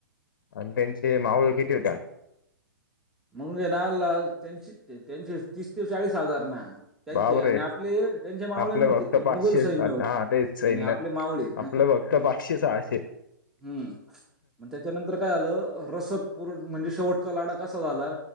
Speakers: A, on the left; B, in the centre.
A: आणि त्यांचे माऊळ किती होते?
B: मंगे ना त्यां त्यांश तीस ते चाळीस हजार ना. त्यांचे
A: बापरे
B: आणि आपले त्यांचे मावळे
A: आपले
B: नव्हते
A: फक्त
B: ते
A: पाचशे
B: मुघल सैन्य
A: हा
B: होत
A: तेच सैन्य
B: आणि आपले मावळे.
A: आपलं फक्त पाचशे सहाशे.
B: हूं म त्या त्याच्यानंतर काय आलं रसद पूर म्हणजे शेवटचा लाडा कसा झाला